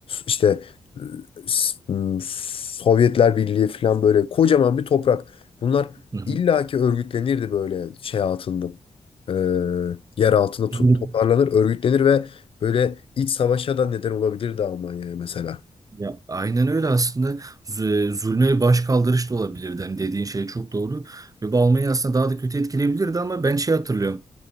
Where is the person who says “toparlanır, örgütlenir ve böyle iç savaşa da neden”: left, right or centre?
Left